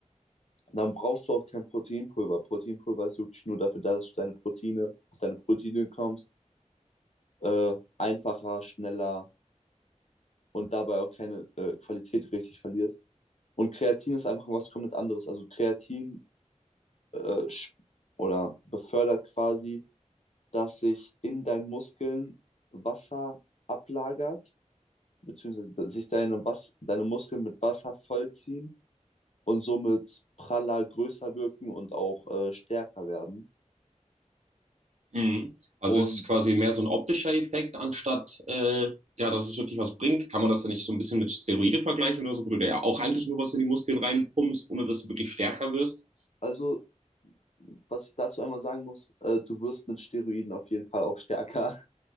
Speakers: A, on the left; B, on the right.
A: Dann brauchst du auch kein Proteinpulver. Proteinpulver ist wirklich nur dafür da, dass du deine Proteine, auf deine Proteine kommst, äh, einfacher, schneller und dabei auch keine äh, Qualität richtig verlierst. Und Kreatin ist einfach was komplett anderes. Also Kreatin äh, sch- oder befördert quasi, dass sich in deinen Muskeln Wasser ablagert, beziehungsweise dass sich deine, Was deine Muskeln mit Wasser vollziehen und somit praller, größer wirken und auch äh, stärker werden.
B: Mhm. Also
A: Und
B: ist es quasi mehr so ein optischer Effekt, anstatt äh, ja, dass es wirklich was bringt. Kann man das dann nicht so ein bisschen mit Steroide vergleichen oder so, wo du dir ja auch eigentlich nur was in die Muskeln reinpumpst, ohne dass du wirklich stärker wirst?
A: Also, was ich dazu einmal sagen muss, äh, du wirst mit Steroiden auf jeden Fall auch stärker. <laughs>